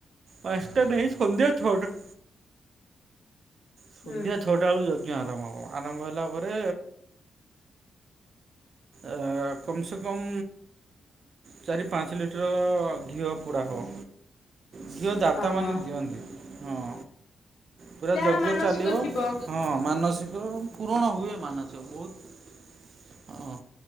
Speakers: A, on the right; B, on the left.
A: ପାଞ୍ଚଟା ନାଇଁ ସନ୍ଧ୍ୟା ଛଅ ଟା ସନ୍ଧ୍ୟା
B: ହୁଁ
A: ଛଅଟା ବେଳୁ ଯଜ୍ଞ ଆରମ୍ଭ ହବ, ଆରମ୍ଭ ହେଲା ପରେ ଆ କମ୍ ସେ କମ୍ ଚାରି, ପାଞ୍ଚ, ଲିଟର ଘିଅ ପୋଡ଼ା ହବ। ଘିଅ ଦାତାମାନେ
B: ହଁ ହଁ
A: ଦିଅନ୍ତି। ହଁ। ପୁରା
B: ଯାହାର
A: ଯଜ୍ଞ
B: ମାନସିକ
A: ଚାଲିବ
B: ଥିବ
A: ହଁ ମାନସିକ ପୂରଣ ହୁଏ ମାନସିକ ବହୁତ ହଁ